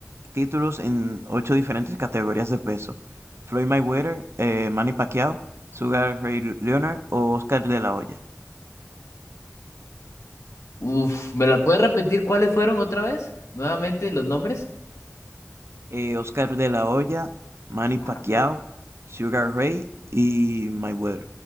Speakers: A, on the right; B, on the left.
A: títulos en ocho diferentes categorías de peso? Floyd Mayweather, eh, Manny Pacquiao, Sugar Ray Leonard o Oscar de la Hoya.
B: Uf, ¿me la puedes repetir cuáles fueron otra vez? Nuevamente, los nombres.
A: eh, Oscar de la Hoya, Manny
B: Ajá.
A: Pacquiao, Sugar Ray y Mayweather.